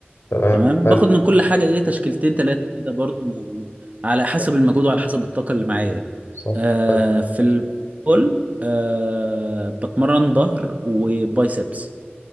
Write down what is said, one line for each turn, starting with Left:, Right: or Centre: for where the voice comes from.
Left: تمام
Right: تمام
Left: حلو
Right: باخد من كل حاجه ايه تشكيلتين ثلاثه كده برضو يعني على حسب
Left: صح
Right: المجهود وعلى حسب الطاقه اللي معايا يعني.
Left: صح
Right: آه
Left: حلو
Right: في البول آه بتمرن ظهر وبايسبس